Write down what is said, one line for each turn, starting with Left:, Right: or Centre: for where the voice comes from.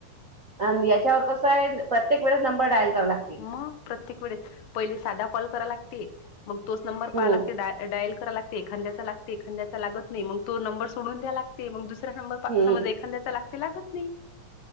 Right: अ याच्यावर कसं आहे प्रत्येक वेळेस नंबर डायल करावं लागते.
Left: मग प्रत्येक वेळेस पहिले साधा कॉल करा लागते, मग तोच नंबर पहा
Right: हम्म
Left: लागते डायल कराय लाग एखाद्यांचा लागते एखाद्यांचा लागत नाही, मग तो नंबर सोडून द्याय लागते. मग दुसऱ्या नंबर
Right: हम्म
Left: समज एक खांद्याचा लागते लागत नाही.